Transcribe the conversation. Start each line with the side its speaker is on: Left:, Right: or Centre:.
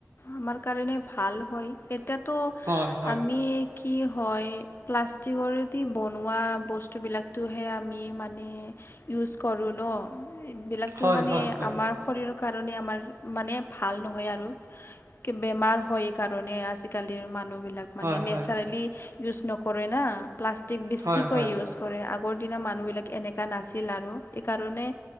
Left: আমাৰ কাৰণে ভাল হয় এতিয়াতো
Right: হয় হয়
Left: আমি কি হয় প্লাষ্টিকৰেদি বনোৱা বস্তুবিলাকটোহে আমি মানে ইউজ কৰোঁ ন এইবিলাকতো
Right: হয়
Left: মানে
Right: হয় হয়
Left: আমাৰ শৰীৰৰ কাৰণে আমাৰ মানে ভাল নহয় আৰু বেমাৰ হয় কাৰণে আজিকালিৰ মানুহবিলাক
Right: হয়
Left: মানে নেচাৰেলি
Right: হয়
Left: ইউজ নকৰে না প্লাষ্টিক বেছিকৈ
Right: হয় হয়
Left: ইউজ কৰে আগৰ দি মানুহবিলাক এনেুৱা নাছিল আৰু সকাৰণে